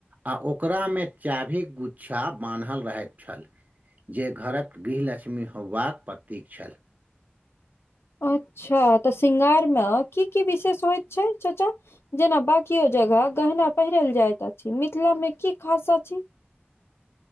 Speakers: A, on the right; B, on the left.
A: आ ओकरा मे चाभिक गुच्छा बान्हल रहैत छल। जे घरक गृहलक्ष्मी होयबाक प्रतीक छल
B: अच्छा तऽ श्रृंगार म की की विशेष होइत छै चाचा जेना बाकियो जगह गहना पहिरल जाइत अछि मिथिला मे की खास अछि